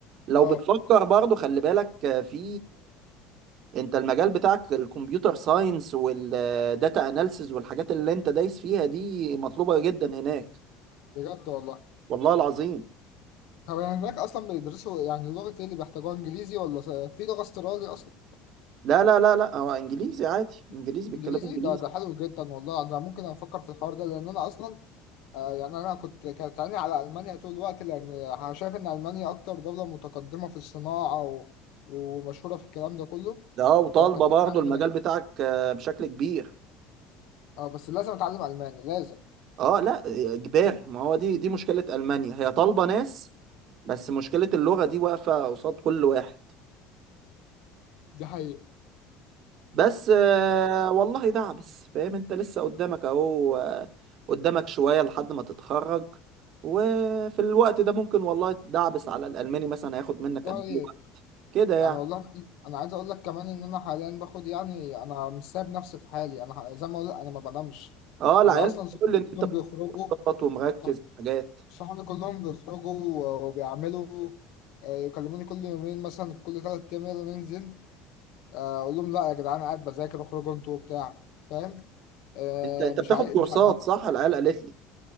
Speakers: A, on the right; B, on the left.
A: لو
B: اه
A: بتفكر برضو خلي بالك آه، في انت المجال بتاعك الكمبيوتر ساينس والداتا اناليسز والحاجات اللي انت دايس فيها دي مطلوبة جدا هناك
B: بجد والله
A: والله العظيم
B: طب يعني هناك اصلا بيدرسوا يعني لغة ايه اللي بيحتاجوها انجليزي ولا س- في لغة استرالي اصلا
A: لا لا لا لا هو انجليزي عادي انجليزي بيتكلموا
B: انجليزي
A: انجليزي
B: ده ده حلو جدا والله انا ممكن افكر في الحوار ده لان انا اصلا آه، يعني انا كنت كانت عيني على المانيا طول الوقت لان شايف ان المانيا اكتر دولة متقدمة في الصناعة و... ومشهورة في الكلام ده كله
A: ده اه وطالبة
B: فكان
A: برضه
B: عيني عليها
A: المجال
B: دايما
A: بتاعك آه، بشكل كبير
B: اه بس لازم اتعلم الماني لازم
A: اه لا آه، اجباري ما هو دي دي مشكلة المانيا هي طالبة ناس بس مشكلة اللغة دي واقفة قصاد كل واحد
B: دي حقيقة
A: بس آه، والله دعبس فاهم انت لسه قدامك اهو آه، قدامك شوية لحد ما تتخرج وفي الوقت ده ممكن والله تدعبس على الألماني مثلا هياخد منك
B: والله
A: قد ايه وقت كده يعني
B: يعني والله انا أنا عايز اقول لك كمان ان انا حاليا باخد يعني انا مش سايب نفسي في حالي انا ح- زي ما اقول لك انا ما بنامش
A: اه العيال
B: انا اصلا صحابي
A: بتقول لي
B: كلهم
A: ان انت بتاخد
B: بيخرجوا
A: كورسات ومركز
B: صح-
A: في حاجات
B: صحابي كلهم بيخرجوا و- وبيعملوا آه، يكلموني كل يومين مثلا كل ثلاث ايام يلا ننزل آه، اقول لهم لا يا جدعان قاعد بذاكر اخرجوا انتوا وبتاع فاهم آه،
A: انت انت
B: مش
A: بتاخد
B: عايز
A: كورسات
B: مش ع- ما-
A: صح العيال قالت لي